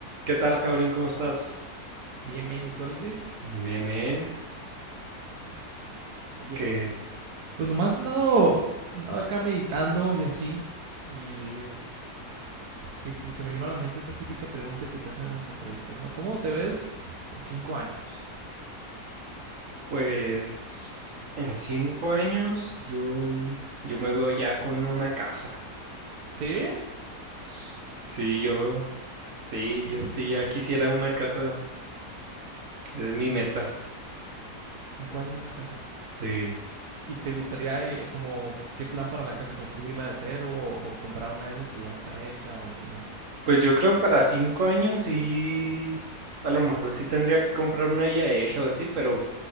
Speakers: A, on the right; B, on the right.
A: ¿Qué tal, Jaurín? ¿Cómo estás?
B: Bien, bien. ¿Y tú, Alexis?
A: Bien, bien.
B: Es todo. Oye,
A: Que
B: pues nomás he andado, andado acá meditando y así. Y eh, te- se me vino a la mente esta típica pregunta que te hacen en las entrevistas, ¿no? ¿Cómo te ves en cinco años?
A: pues en cinco años yo, yo me veo ya con una casa.
B: ¿Sí?
A: S- Sí, yo, sí,
B: Ah, su
A: yo
B: mecha.
A: sí ya quisiera una casa. Es mi meta.
B: Cinco años una casa.
A: Sí.
B: ¿Y te gustaría, eh, como, qué plan para la casa? ¿Construirla de cero o, o comprar una de esas que ya está hecha o cómo?
A: Pues yo creo para cinco años sí, a lo mejor sí tendría que comprar una ya hecha o así, pero